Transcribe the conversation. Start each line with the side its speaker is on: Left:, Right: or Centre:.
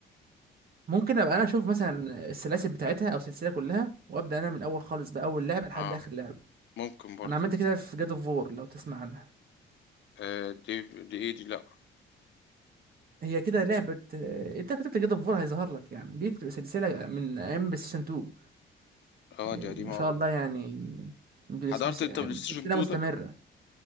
Right: ممكن ابقى انا اشوف مثلا السلاسل بتاعتها او السلسله كلها وابدا انا من الاول خالص باول لعبه لحد
Left: اه
Right: اخر لعبه
Left: ممكن برضو
Right: انا عملت كده في جاد اوف وور لو تسمع عنها
Left: آه دي دي ايه دي لا
Right: هي كده لعبه آه، انت كتبت جاد اوف وور هيظهر لك يعني دي بتبقى سلسله من ايام بلايستيشن 2
Left: اه
Right: آه،
Left: دي قديمة
Right: ما شاء
Left: قوي
Right: الله يعني بس
Left: حضرت
Right: بس
Left: انت
Right: آه،
Left: بلاي ستيشن
Right: سلسله
Left: 2
Right: مستمره
Left: ده